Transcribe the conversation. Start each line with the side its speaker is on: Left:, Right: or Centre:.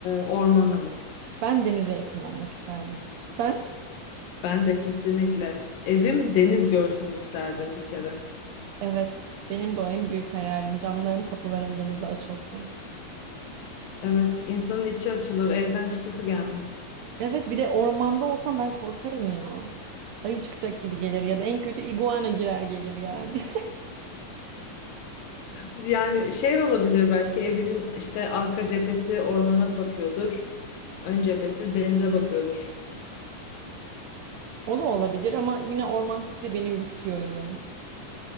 Left: ormana mı?
Right: Ben denize yakın olmak isterdim. Sen?
Left: Ben de kesinlikle evim deniz görsün isterdim bir kere.
Right: Evet, benim de o en büyük hayalim. Camlarım, kapılarım denize açılsın.
Left: Evet, insanın içi açılır, evden çıkası gelmez.
Right: Evet, bir de ormanda olsam ben korkarım ya. Ayı çıkacak gibi gelir ya da en kötü iguana girer gelir yani. <laughs>
Left: Yani şey olabilir belki evin işte arka cephesi ormana bakıyordur. Ön cephesi denize bakıyordur.
Right: O da olabilir ama yine orman fikri beni ürkütüyor yani.